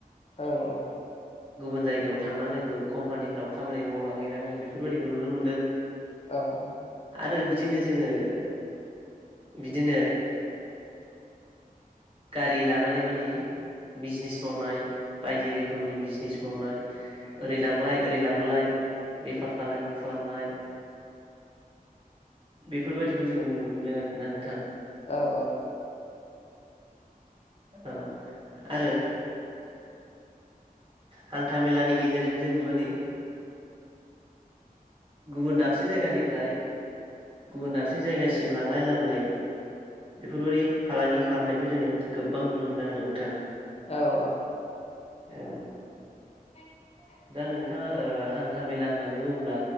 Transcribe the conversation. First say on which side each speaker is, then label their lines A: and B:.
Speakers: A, on the left; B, on the right.
A: औ औ
B: गुबुन जायगायाव थांनाङैखौ कम्पानिफ्राव खामानि मावला हैनाङै बेफोरबायदिखौ नुनो मोनदों।
A: औ
B: आरो बिदिनो जोङो बिदिनो गारि लानानै मानि बिजनेस मावनाय बायदि रोखोमनि बिजनेस मावनाय ओरै लांलाय ओरै लाबोलाय बेफार फालांगि खालामनाय बेफोरबायदिखौ जोङो नुनो मोन्दों आरोखि ना नोंथां।
A: औ औ
B: औ आरो हान्था मेलानि गेजेरजों जोङो माने गुबुन दाबसे जायगानिफ्राय गुबुन दाबसे जायगासिम लांलाय लाबोलाय बेफोरबायदि फालांगि खालामनायखौ जोङो गोबां नुनो मोनदों आरो नोंथां
A: औ औ
B: औ
A: <unintelligible>
B: दा नोंथाङा ओ हान्था मेला होननानै बुंङोब्ला